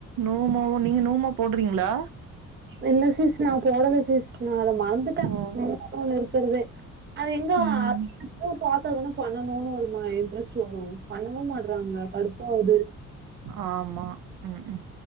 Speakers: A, on the right (about 75°); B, on the right (about 35°).
A: நோமோவு நீங்க நூமோ போட்றீங்களா
B: இல்ல சிஸ் நா போடல சிஸ் நா அத மறந்துட்டே
A: ஓ
B: <inaudible> இருக்கறதே அது எங்க
A: ம்
B: <inaudible> த்தாதானே பண்ணனும்னு ஒரு இன்ட்ரெஸ்ட் வரு பண்ணவு மாட்றாங்க கடுப்பாவுது
A: ஆமா க்கும்